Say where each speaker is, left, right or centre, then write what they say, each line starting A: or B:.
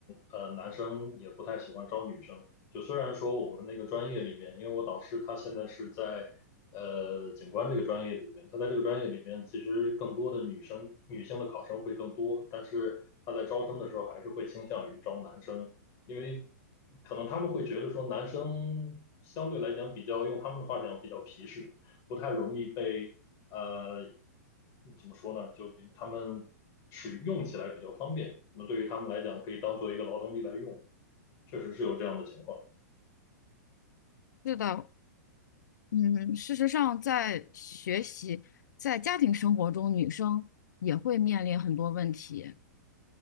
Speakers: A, on the left; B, on the left.
A: 呃男生，也不太喜欢招女生。就虽然说我们那个专业里边，因为我导师他现在是在呃景观这个专业里边，他在这个专业里边其实更多的女生女性的考生会更多，但是他在招生的时候还是会倾向于招男生，因为可能他们会觉得说男生相对来讲比较用他们的话讲比较皮实。不太容易被呃，怎么说呢？就比他们使用起来比较方便，那对于他们来讲，可以当做一个劳动力来用，确实是有这样的情况。
B: 是的，嗯，事实上，在学习、在家庭生活中，女生也会面临很多问题。